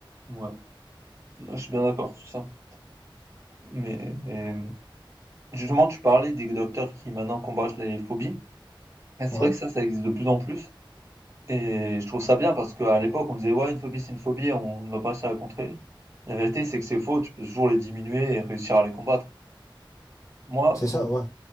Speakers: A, on the right (about 35°); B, on the left (about 35°).
A: Ouais, je suis bien d'accord sur ça. Mais mais, mmh, justement, tu parlais des docteurs qui maintenant combattent les phobies. Bah, c'est
B: Ouais,
A: vrai que ça, ça existe de plus en plus Et je trouve ça bien parce qu'à l'époque, on disait, ouais, une phobie, c'est une phobie, on ne va pas réussir à la contrer. La vérité, c'est que c'est faux, tu peux toujours les diminuer et réussir à les combattre. Moi,
B: c'est ça,
A: mon,
B: ouais.